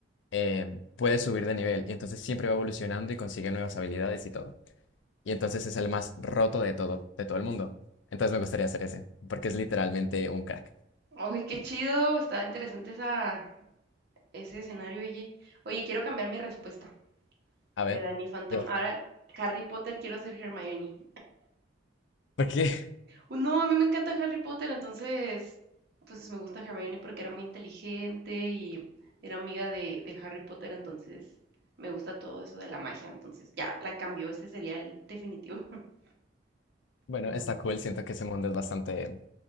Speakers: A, on the left; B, on the right.
A: em, puede subir de nivel. Y entonces siempre va evolucionando y consigue nuevas habilidades y todo. Y entonces es el más roto de todo, de todo el mundo. Entonces me gustaría hacer ese, porque es literalmente un crack.
B: Oye, qué chido, está interesante esa, ese escenario, oye. Oye, quiero cambiar mi respuesta
A: A
B: de
A: ver.
B: Danny Phantom.
A: Ya.
B: Ahora, Harry Potter, quiero ser Hermione.
A: <laughs> ¿Por qué?
B: Uh, No, a mí me encanta Harry Potter, entonces, pues me gusta Hermione porque era muy inteligente y era amiga de, de Harry Potter, entonces me gusta todo eso de la magia, entonces ya, la cambió, ese sería el definitivo. <laughs>
A: Bueno,
B: Muy,
A: está cool, siento que ese mundo es bastante